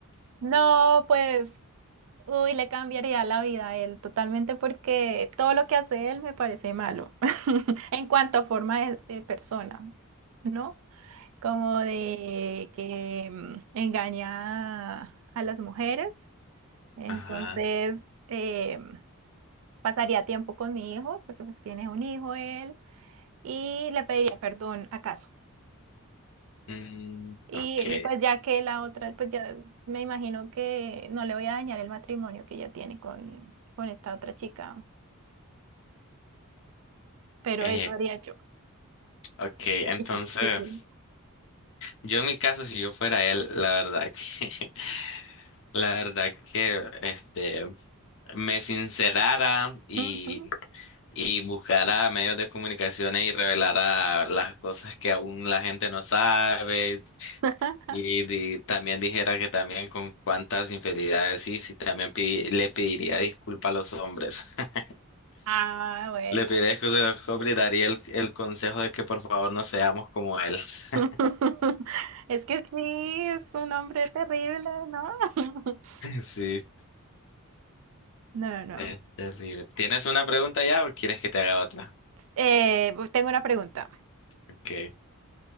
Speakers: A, on the right; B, on the left.
A: No, pues. Uy, le cambiaría la vida a él totalmente porque todo lo que hace él me parece malo <laughs> en cuanto a forma de, de persona, ¿no? Como de que mm, engaña a, a las mujeres. Entonces,
B: Ajá.
A: eh, pasaría tiempo con mi hijo porque pues tiene un hijo él y le pediría perdón acaso.
B: Mm,
A: Y,
B: ok.
A: y pues ya que la otra, pues ya me imagino que no le voy a dañar el matrimonio que ella tiene con, con esta otra chica. pero
B: Eh,
A: eso haría yo.
B: ok, entonces.
A: Sí.
B: Yo en mi caso, si yo fuera él, la verdad que, <laughs> la verdad que, este, me sincerara y,
A: Ujú.
B: y buscara medios de comunicaciones y revelara las cosas que aún la gente no sabe
A: <laughs>
B: y, di- también dijera que también con cuántas infidelidades sí, sí, también pi- le pediría disculpas a los hombres. <laughs>
A: Ah, bueno.
B: Le pediría disculpas a los hombres y daría el, el consejo de que por favor no seamos como él. <laughs>
A: <laughs> Es que sí, es un hombre terrible, ¿no? <laughs>
B: Sí.
A: No, no.
B: Es terrible. ¿Tienes una pregunta ya o quieres que te haga otra?
A: Eh, tengo una pregunta.
B: Ok.